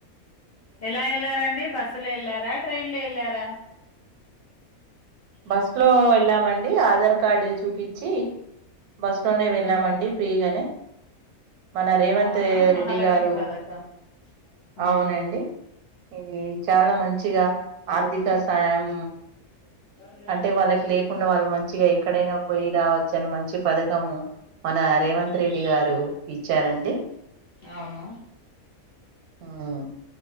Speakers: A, on the left (about 65°); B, on the right (about 85°).
A: ఎలా ఎలారండి బస్సు లో ఇల్ారా అ ఇళ్ళ ఎళార
B: బస్ లో వెళ్ళామండి ఆధార్ కార్డు చూపించి బస్ స్టాండ్డే వెళ్ళామండి
A: ఉమ్
B: ఫ్రీగానే మన రేవంత్
A: అవునా మహాలక్ష్మి
B: రెడ్డి గారు
A: పథకం ఉమ్
B: అవునండి ఇది చాలా మంచిగా ఆర్థిక సాాయం
A: అ
B: అంటే వాళ్ళకి లేకుండా వాళ్ళు మంచిగా ఎక్కడైనా పోయి రావచ్చ అని మంచి పథకము మన రేవంత్ రెడ్డి గారు ఇచ్చారండి
A: అవును
B: ఉమ్,